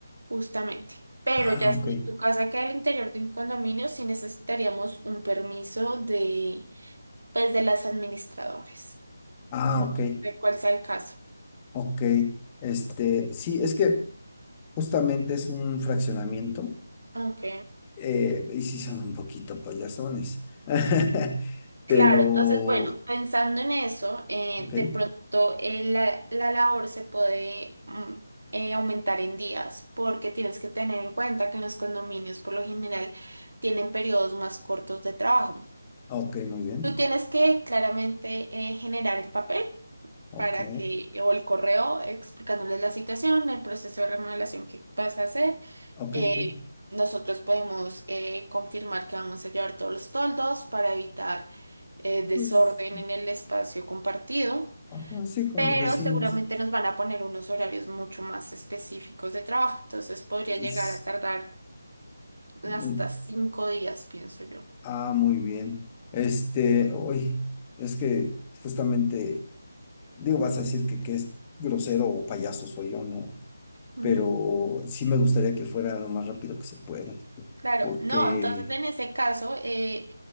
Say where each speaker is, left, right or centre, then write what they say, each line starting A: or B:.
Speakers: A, on the right; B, on the left.
A: Justamente. Pero
B: Ah,
A: ya
B: ok.
A: si tu casa queda al interior de un condominio, sí necesitaríamos un permiso de, pues, de las administradores.
B: Ah,
A: No
B: ok.
A: sé cuál sea el caso.
B: Ok. Este, sí, es que justamente es un fraccionamiento.
A: Ok.
B: eh, y sí son un poquito payasones. <laughs>
A: Claro,
B: Pero,
A: entonces, bueno, pensando en eso, eh,
B: ok.
A: de pronto eh, la, la labor se puede mm, eh, aumentar en días, porque tienes que tener en cuenta que en los condominios por lo general tienen periodos más cortos de trabajo.
B: Ok, muy bien.
A: Tú tienes que claramente eh, generar el papel.
B: Ok.
A: para que, o el correo explicándoles la situación, el proceso de remodelación que vas a hacer.
B: Ok,
A: Eh,
B: ok.
A: nosotros podemos eh, confirmar que vamos a llevar todos los toldos para evitar eh, desorden
B: Pues,
A: en el espacio compartido,
B: ajá, sí, con
A: pero
B: los vecinos.
A: seguramente nos van a poner unos horarios mucho más específicos de trabajo, entonces podría llegar
B: Es
A: a tardar hasta
B: un-
A: cinco días, pienso yo.
B: ah, muy bien. Este, hoy, es que justamente. Digo, vas a decir que, que es grosero o payaso soy yo, ¿no?
A: Ujú.
B: Pero sí me gustaría que fuera lo más rápido que se pueda.
A: Claro,
B: Porque,
A: no, entonces en ese caso eh,